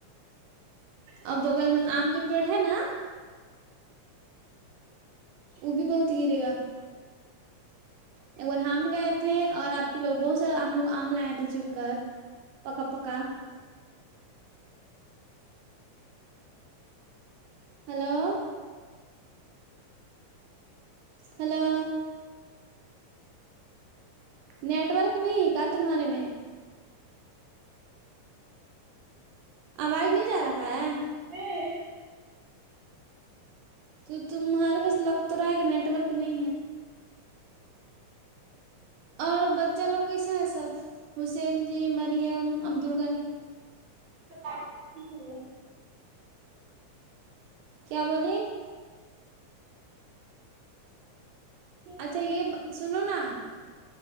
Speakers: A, on the right; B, on the right.
A: اور بغل میں آم کے پیڑ ہے نا وہ بھی بہت گرے گا ایک بار ہم گئے تھے اور آپ کے لوگوں سے ہم لوگ آم لائے تھے چن کر پکا پکا ہلو ہلو نیٹ ورک نہیں ہے کا تمہارے میں آواز نہیں جا رہا ہے
B: ہوں
A: تو تمہارے پاس لگ تو رہا ہے کہ نیٹ ورک نہیں ہے اور بچہ لوگ کیسا ہے سب حسین جی مریم عبدالغنی
B: <inaudible>
A: کیا بولیں
B: ٹھیک
A: اچھا
B: ہے
A: یہ سنو نا